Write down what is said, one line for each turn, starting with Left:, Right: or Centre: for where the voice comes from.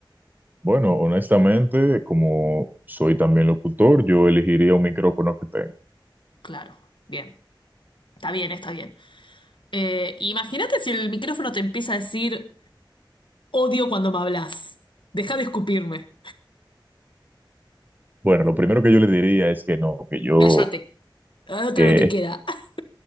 Right: Bueno, honestamente, como soy también locutor, yo elegiría un micrófono que tengo.
Left: Claro, bien. Está bien, está bien. Eh, imagínate si el micrófono te empieza a decir, odio cuando me hablas. Deja de escupirme.
Right: Bueno, lo primero que yo le diría es que no, que yo,
Left: Cállate. La otra
Right: que,
Left: no te queda. <laughs>